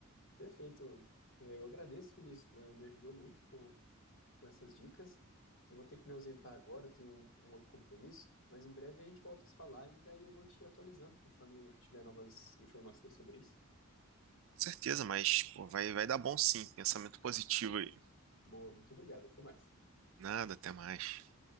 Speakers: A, on the left; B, on the right.
A: Perfeito. É, Eu agradeço, Vinícius. eh, Me ajudou muito com, com essas dicas. Eu vou ter que me ausentar agora, eu tenho um, um outro compromisso, mas em breve a gente volta a se falar e daí eu vou te atualizando conforme eu tiver novas informações sobre isso.
B: Com certeza, mas pô, vai, vai dar bom sim. Pensamento positivo aí.
A: Boa, muito obrigado. Até mais.
B: Nada, até mais.